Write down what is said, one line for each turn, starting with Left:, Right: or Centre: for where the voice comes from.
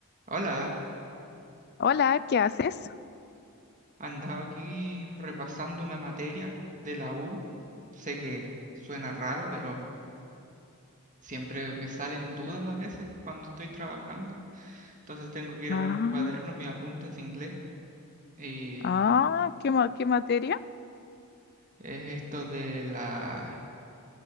Right: Hola,
Left: Hola, ¿qué haces?
Right: andaba aquí repasando una materia de la U. Sé que suena raro, pero siempre me salen dudas a veces cuando estoy trabajando. Entonces tengo que ir
Left: Ah,
Right: a ver mis cuadernos, mis apuntes de inglés. Y
Left: ah, ¿qué, ma- qué materia?
Right: es esto de la-